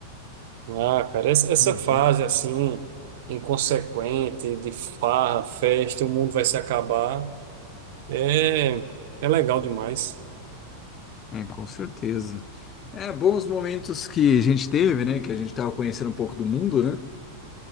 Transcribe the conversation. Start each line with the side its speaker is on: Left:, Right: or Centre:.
Right: Ah, cara, essa, essa
Left: Uhum.
Right: fase assim, inconsequente, de farra, festa, o mundo vai se acabar, é, é legal demais.
Left: É, com certeza. É, bons momentos que a gente teve, né? Que a gente tava conhecendo um pouco do mundo, né?